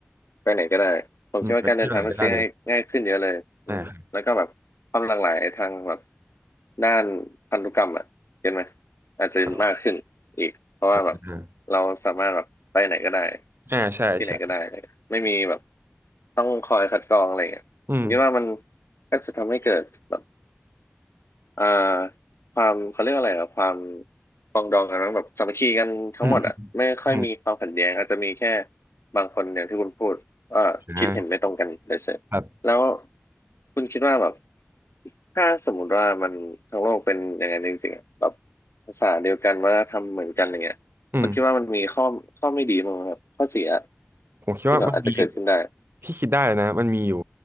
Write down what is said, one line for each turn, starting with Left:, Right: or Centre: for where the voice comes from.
Left: ไปไหนก็ได้ผมคิดว่าการเดินทางมันซื้อง่ายง่ายขึ้นเยอะเลยอืมแล้วก็แบบความหลากหลายทางแบบ
Right: อืมไปเที่ยวไหนก็ได้เลยอ่า
Left: ด้านพันธุกรรมอ่ะเห็นไหมอาจจะมากขึ้นอีกเพราะว่าแบบ
Right: ครับอ่า
Left: เราสามารถแบบไปไหนก็ได้
Right: อ่าใช่ใช่
Left: ที่ไหนก็ได้เลยไม่มีแบบต้องคอยคัดกรองอะไรอย่างเงี้ยผมคิดว่ามัน
Right: อืม
Left: ก็จะทำให้เกิดแบบ เอ่อความเขาเรียกอะไรอะความปรองดองกันมั้งแบบสามัคคีกันทั้งหมดอะไม่ค่อยมีความขัดแย้งอาจจะมีแค่
Right: อืมอืมอืม
Left: บางคนอย่างที่คุณพูดเอ่อคิดเห็นไม่ตรงกันเลยเสร็จแล้ว
Right: อ่ครับ
Left: คุณคิดว่าแบบถ้าสมมุติว่ามันทั้งโลกเป็นอย่างนั้นจริงๆอะแบบภาษาเดียวกันวัฒนธรรมเหมือนกันอย่างเงี้ยคุณคิดว่ามันมีข้อข้อไม่ดีมั้างไหมครับข้อเสีย
Right: อืมผมคิดว่ามันมี
Left: ที่แบบอาจจะเกิดขึ้นได้
Right: ที่คิดได้นะมันมีอยู่